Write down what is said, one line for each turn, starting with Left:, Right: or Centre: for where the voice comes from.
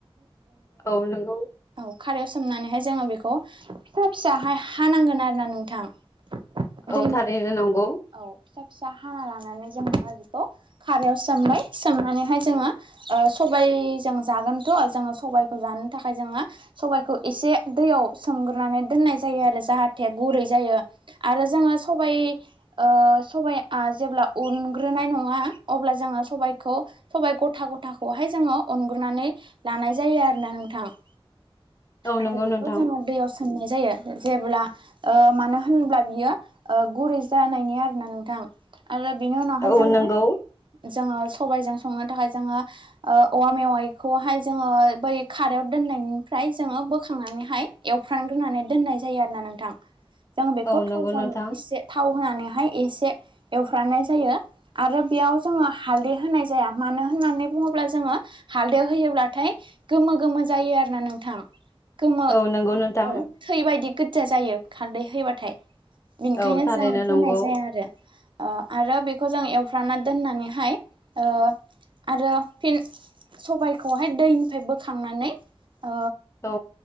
Left: औ नंगौ
Right: औ खारायाव सोमनानैहाय जोङो बेखौ फिसा फिसाहाय हानांगोन आरो ना नोंथां ।
Left: औ
Right: दै
Left: थारैनो नंगौ
Right: औ फिसा फिसा हाना लानानै जों बेखौ खारायाव सोमबाय सोमनानैहाय जोङो ओ सबायजों जागोनथ' जों सबायखौ जानो थाखाय जोङो सबायखौ एसे दैयाव सोंग्रोनानै दोननाय जायो । जाहाथे गुरै जायो आरो जोङो सबाय ओ सबायआ जेब्ला अनग्रोनाय नङा अब्ला जोङो सबायखौ सबाइ गथा गथाखौहाय जोङो उन ग्रोनानै लानाय जायो आरो ना नोंथां ।
Left: औ
Right: आरो
Left: नंगौ
Right: बेखौ
Left: नोंथां
Right: जोङो दैयाव सोमनाय जायो । जेब्ला ओ मानो होनब्ला बियो गुरै जानायनि आरोना नोंथां । आरो बिनि नाहाय
Left: औ
Right: जां
Left: नंगौ
Right: जोङो सबायाइजों संनो थाखाय जोङो औवा मेवाइखौहाय जोङो बै खारायाव दोननायनि फ्रफ्राय जोङो बोखांनानैहाय एवफ्रानग्रोनानै दोननाय जायो आरो ना नोंथां जों बेखौ
Left: औ नंगौ
Right: थावजों
Left: नोंथां
Right: एसे थाव होनानैहाय एसे एवफ्रानाय जायो आरो बेयाव जोङो हालदै होनाय जाया मानो होननानै बुङोब्ला जोङो। हालदाव होयोब्लाथाय गोमो गोमो जायो आरोना नों गोथाम गोमो
Left: औ नंगौ नोंथां
Right: औ थैबायायदि गो्जा जायो खारदै होबाथाय बेनिखायनो
Left: औ थारैनो
Right: जों होननाय
Left: नंगौ
Right: जाया आरो अ आरो बेखौ जों एवफ्रना दोननानैहाय ओ आरो फिन सबायखौहाय दैनिफ्राय बोखांनानै अ
Left: औ